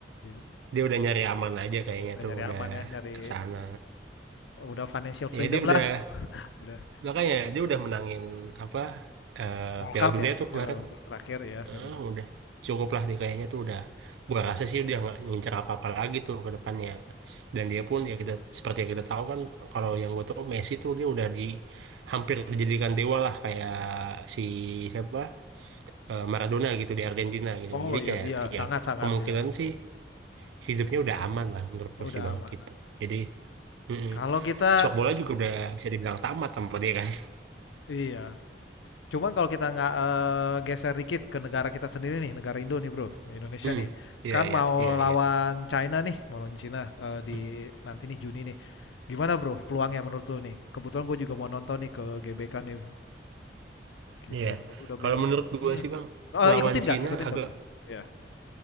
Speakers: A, on the left (about 80°); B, on the right (about 80°).
A: iya,
B: dia udah nyari aman aja kayaknya
A: udah
B: tuh
A: nyari
B: udah
A: aman ya nyari
B: ke sana
A: udah financial freedom
B: ya dia udah
A: lah, udah
B: makanya dia udah menangin apa eh
A: World
B: Piala
A: Cup
B: Dunia
A: ya?
B: tuh
A: Ya,
B: kemarin
A: World Cup terakhir ya Piala
B: Eh, udah cukup lah dia kayaknya tuh udah gua rasa sih dia nggak ngincer apa-apa lagi tuh ke depannya dan dia pun ya kita seperti yang kita tahu kan kalau yang gua tahu Messi tuh dia udah di hampir dijadikan dewa lah kayak si siapa eh, Maradona gitu di Argentina gitu
A: Oh
B: jadi
A: iya,
B: kayak
A: iya
B: ya
A: sangat-sangat
B: ke- kemungkinan
A: ya memang.
B: sih hidupnya udah aman lah menurut
A: Udah
B: gue sih bang
A: amanat.
B: gitu jadi Mm-mm.
A: Kalau kita
B: Sepak bola juga udah bisa dibilang tamat sama dia kan.
A: iya, cuman kalau kita nggak eh, geser dikit ke negara kita sendiri nih, negara Indo nih bro, Indonesia
B: Mm.
A: nih,
B: Iya,
A: kan
B: iya,
A: mau
B: iya,
A: lawan
B: iya.
A: China nih, mau lawan China eh, di
B: Mm.
A: nanti nih Juni nih. Gimana bro, peluangnya menurut lu nih? Kebetulan gue juga mau nonton nih ke GBK nih, gitu.
B: Iya.
A: Udah, udah beli
B: Kalau
A: tiket.
B: menurut
A: Hmm.
B: gue sih Bang,
A: Eh,
B: lawan
A: ikutin nggak?
B: Cina
A: Ikutin
B: agak
A: nggak bro? Iya.